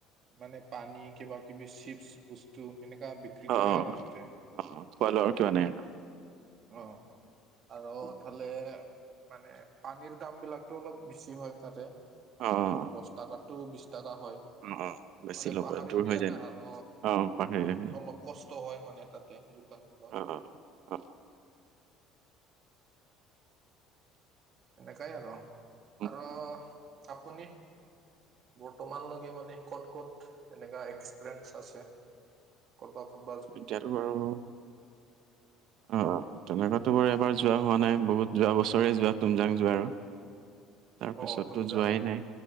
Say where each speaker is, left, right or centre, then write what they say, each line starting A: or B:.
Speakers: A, on the right; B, on the right.
A: মানে পানী কিবা কিবি চিপচ বস্তু সেনেকা বি বিক্ৰী
B: অ',
A: কৰে আৰু তাতে,
B: অ', অ', খোৱা লোৱাৰ কিবা নাই? অ',
A: অ'। আৰু এফালে মানে পানীৰ দাম বিলাকটো অলপ বেছি হয় তাতে।
B: অ'।
A: দশ টাকাটো বিশ টাকা হয়।
B: অ', অ', বেছি
A: মানে
B: <unintelligible>
A: <unintelligible> আৰু
B: অ', পাহাৰীয়া হৈ যায়।
A: অলপ কষ্ট হয় মানে তাতে দোকানবিলাক।
B: অ', অ', অ',
A: এনেকাই আৰু,
B: উম,
A: আৰু আপুনি বৰ্তমানলৈ 'মানে ক'ত ক'ত এনেকা এক্সপ্লেইন্স আছে? ক'ত বা
B: এতিয়াতো বাৰু <unintelligible> তেনেকুৱাতো বাৰু এবাৰ যোৱা হোৱা নাই, বহুত যোৱা বছৰেই যোৱা, তুমজাং যোৱা আৰু। তাৰপিছতো
A: অ তুমজাং
B: যোৱাই নাই,